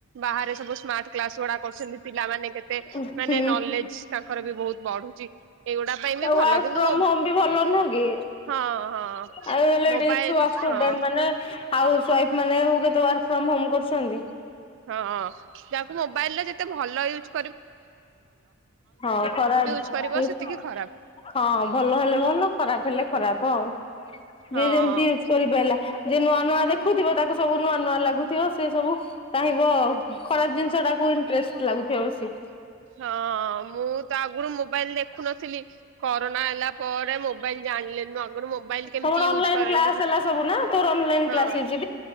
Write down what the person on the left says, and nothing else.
ହୁଁ
ତ
ୱାର୍କ
ଫ୍ରମ୍
ହୋମ୍ ବି ଭଲ ନୁହଁ କି?
ଆଉ ଏଲେଡି
ଛୁଆ ଷ୍ଟୁଡେଣ୍ଟମାନେ
ହାଉସଓ୍ବାଇଫ୍ ମାନେ ହୁଁ କେତେ ୱାର୍କ ଫ୍ରମ୍ ହୋମ୍ କରୁଛନ୍ତି।
ହଁ ଖରାପ
ୟୁଜ
ହଁ ଭଲ ହେଲେ ଭଲ ଖରାପ ହେଲେ ଖରାପ ଆଉ। ଯିଏ
ଯେମତି ୟୁଜ କରିପାଇଲା। ଯେ ନୂଆ ନୂଆ ଦେଖୁଥିବ ତାକୁ ସବୁ ନୂଆ ନୂଆ ଲାଗୁଥିବ। ସେ ସବୁ ଚାହିଁବ ଆଉ ଖରାପ ଜିନିଷ ଟାକୁ ଇଣ୍ଟରେଷ୍ଟ ଲାଗୁଥିବ ବେଶୀ।
ତମର ଅନଲାଇନ
କ୍ଲାସ
ହେଲା ସବୁ ନା ତୋର ଅନଲାଇନ
କ୍ଲାସ ହେଇଛି